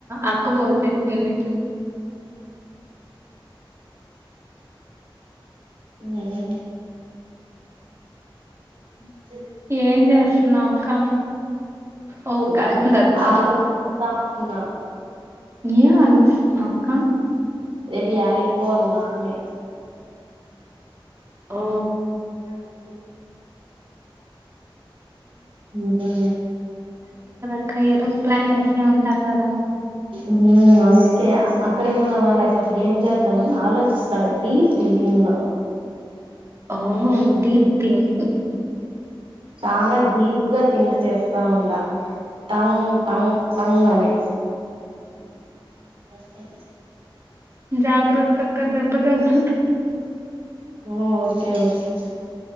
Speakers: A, on the right; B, on the right.
A: అక్క పోసిచ్చింది.
B: హ హ్
A: ఏం చేస్తున్నావు అక్క? ఓ గాడ్దులు కాత్తం.
B: ఆలో తా ఉన్నా
A: ఏం ఆలోచిస్తున్నావు అక్క?
B: రేపు యాడకి పోవల్నా అని.
A: ఓ
B: అవు ఒకా
A: ఇంక ఏదో ఒక ప్లాన్ వేసే ఉంటారు కదా.
B: హ్ అందుకే అ అక్కడే పోదామా లేకపోతే ఏం చేద్దామని ఆలోచిస్తాన్నా డీప్ థింకింగ్ లో.
A: ఆహా <unintelligible>
B: చాన డీప్ గా థింక్ చేస్తా ఉండ టంగ్ టంగ్ అని సస్
A: జాగ్రతక్కదెబ్బ <unintelligible>
B: ఓకే ఓకే